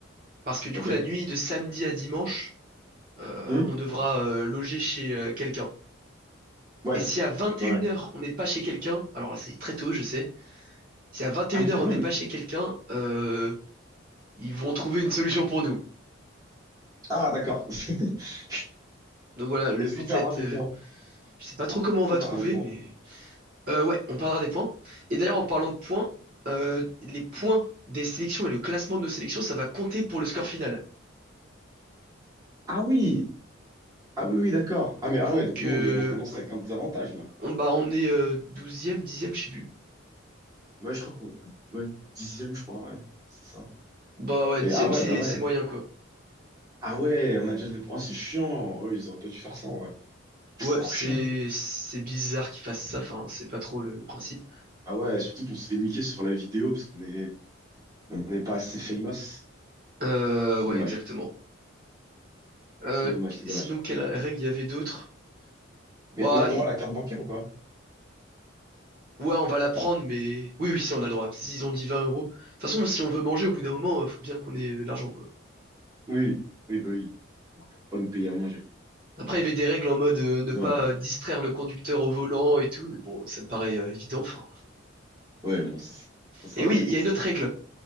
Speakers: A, on the right (about 50°); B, on the right (about 20°).
A: parce que du
B: ok.
A: coup la nuit de samedi à dimanche euh,
B: Hmm
A: on devra euh, loger chez euh, quelqu'un
B: ouais,
A: et si à vingt
B: ouais.
A: et une
B: ouais.
A: heures on n'est pas chez quelqu'un alors là c'est très tôt je sais si à vingt
B: Ah
A: et une
B: oui,
A: heures
B: quand
A: on
B: même.
A: n'est pas chez quelqu'un euh, ils vont trouver une solution pour nous
B: Ah, d'accord. <laughs>
A: donc voilà le
B: Est-ce
A: but
B: qu'on perdra
A: c'est être,
B: des
A: euh,
B: points?
A: je sais pas trop comment
B: Est-ce
A: on va
B: qu'on perdra
A: trouver
B: des points?
A: mais Euh, ouais on parlera des points et d'ailleurs en parlant de points euh, les points des sélections et le classement de nos sélections ça va compter pour le score final
B: Ah oui! Ah oui, oui, d'accord. Ah mais ah
A: Donc,
B: ouais, donc
A: euh,
B: nous on est on commence avec un désavantage là.
A: on, bah, on est euh, 12e, je sais plus.
B: Ouais, je crois qu'on. Ouais, dixième, je crois, ouais. C'est ça.
A: Bah ouais,
B: Et
A: dixième
B: ah ouais,
A: c'est
B: bah ouais.
A: c'est moyen, quoi.
B: Ah ouais, on a déjà des points. Oh, c'est chiant. Oh, ils auraient pas dû faire ça, ouais. <laughs> C'est
A: Ouais,
B: trop
A: c'est
B: chiant.
A: c'est bizarre qu'ils fassent ça, enfin, c'est pas trop le principe.
B: Ah ouais, surtout qu'on se fait niquer sur la vidéo parce qu'on est on n'est pas assez famous. C'est
A: Euh, ouais,
B: dommage.
A: exactement. Euh,
B: Ah, c'est dommage,
A: qu-
B: c'est dommage.
A: sinon, quelle règle il y avait d'autres? Bah,
B: Mais on a le droit
A: i-
B: à la carte bancaire ou pas?
A: ouais, on va la prendre, mais... Oui, oui, si, on a le droit. S'ils ont dit 20 euros. De toute façon, si on veut manger, au bout d'un moment, euh, faut bien qu'on ait euh, de l'argent, quoi.
B: Oui, oui, bah oui. On va pas pas nous payer à manger.
A: Après, il y avait des règles en mode euh, ne
B: C'est
A: pas
B: vrai.
A: euh, distraire le conducteur au volant et tout, mais bon, ça me paraît euh, évident, enfin...
B: Ouais, bon, ça, ça, ça
A: Et
B: va,
A: oui,
B: je
A: il
B: pense.
A: y a une autre règle.